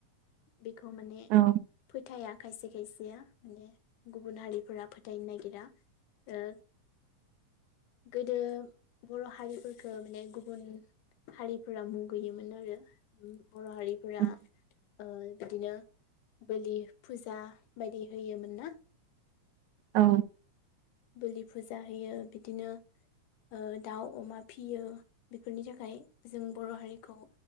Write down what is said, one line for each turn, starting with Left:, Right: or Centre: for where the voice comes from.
Left: बेखौ माने
Right: औ
Left: फोथाया खायसे खायसेया माने गुबुन हारिफोरा फोथायनो नागिरा ओ गोदो बर' हारिफोरखौ माने गुबुन हारिफोरा मुगैयोमोन आरो बर' हारिफोरा
Right: औ
Left: ओ बिदिनो बोलि फुजा बायदि होयोमोन ना
Right: औ।
Left: बोलि फुजा होयो। बिदिनो ओ दाउ अमा फियो। बेफोरनि थाखाय जों बर' हारिखौ